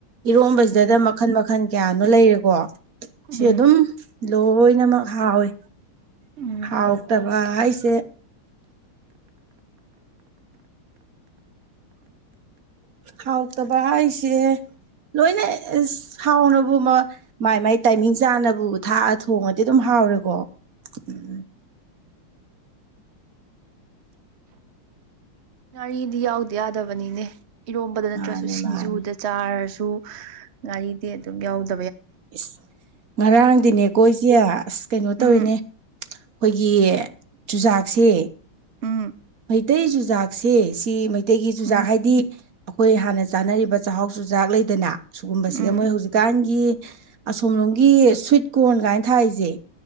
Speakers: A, on the right (about 50°); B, on the right (about 85°).
A: ꯏꯔꯣꯝꯕꯁꯤꯗ
B: ꯎꯝ
A: ꯃꯈꯟ ꯃꯈꯟ ꯀꯌꯥꯅꯣ ꯂꯩꯔꯦꯀꯣ ꯁꯤ
B: ꯎꯝ
A: ꯑꯗꯨꯝ ꯂꯣꯏꯅꯃꯛ ꯍꯥꯎꯋꯦ
B: ꯎꯝ
A: ꯍꯥꯎꯇꯕ ꯍꯥꯏꯁꯦ ꯍꯥꯎꯇꯕ ꯑꯩꯁꯦ ꯂꯣꯏꯅ ꯍꯥꯎꯅꯕ ꯃꯥꯏ ꯃꯥꯏ ꯇꯥꯏꯃꯤꯡ ꯆꯥꯅꯕꯨ ꯊꯥꯛꯑ ꯊꯣꯡꯉꯗꯤ ꯑꯗꯨꯝ ꯍꯥꯎꯔꯦꯀꯣ ꯎꯝ
B: ꯉꯥꯔꯤꯗꯤ ꯌꯥꯎꯗꯤ ꯌꯥꯗꯕꯅꯤꯅꯦ ꯏꯔꯣꯝꯕꯗ ꯅꯠꯇ꯭ꯔꯁꯨ
A: ꯃꯥꯅꯦ
B: ꯁꯤꯡꯖꯨꯗ
A: ꯃꯥꯅꯦ
B: ꯆꯥꯔꯁꯨ ꯒꯥꯔꯤꯗꯤ ꯑꯗꯨꯝ ꯌꯥꯎꯗ
A: ꯏꯁꯁ ꯉꯔꯥꯡꯗꯤꯅꯦꯀꯣ ꯏꯁꯦ ꯑꯁ ꯀꯩꯅꯣ ꯇꯧꯔꯤꯅꯦ
B: ꯎꯝ
A: ꯑꯩꯈꯣꯏꯒꯤ ꯆꯨꯖꯥꯛꯁꯦ
B: ꯎꯝ
A: ꯃꯩꯇꯩ ꯆꯨꯖꯥꯛꯁꯦ ꯁꯤ ꯃꯩꯇꯩꯒꯤ ꯆꯨꯖꯥꯥꯛ
B: ꯎꯝ
A: ꯍꯥꯏꯗꯤ ꯑꯩꯈꯣꯏ ꯍꯥꯟꯅ ꯆꯥꯅꯔꯤꯕ ꯆꯥꯛꯍꯥꯎ ꯆꯨꯖꯥꯛ ꯂꯩꯗꯅ ꯁꯨꯒꯨꯝꯕꯁꯤꯒ
B: ꯎꯝ
A: ꯃꯣꯏ ꯍꯧꯖꯤꯛꯀꯥꯟꯒꯤ ꯑꯁꯣꯝꯂꯣꯝꯒꯤ ꯁ꯭ꯋꯤꯠ ꯀꯣꯔꯟ ꯀꯥꯏꯅ ꯊꯥꯔꯤꯁꯦ